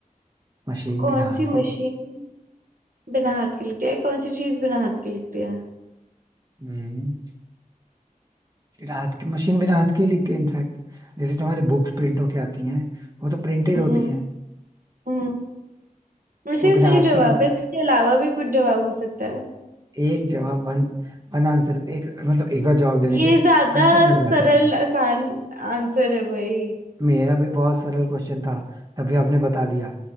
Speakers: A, on the right; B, on the right.
A: मशीन
B: कौन
A: बिना हाथ
B: सी मशीन
A: के
B: बिना हाथ के लिखती है कौन सी चीज बिना हाथ के लिखती है
A: हम्म बिना हाथ के मशीन बिना हाथ के ही लिखते हैं इनफैक्ट जैसे जो हमारी बुक्स प्रिंट होके आती हैं वो तो प्रिंटेड
B: हम्म।
A: होती हैं
B: हम्म वैसे
A: तो
B: ये
A: बिना
B: सही
A: हाथ
B: जवाब
A: के ही
B: है इसके अलावा भी कुछ जवाब हो सकता है
A: एक जवाब वन वन आंसर एक मतलब एक बार जवाब देने
B: ये
A: पे
B: ज्यादा
A: आंसर मिल जाता
B: सरल
A: है
B: आसान आंसर है भाई
A: मेरा भी बहुत सरल क्वेश्चन था तभी आपने बता दिया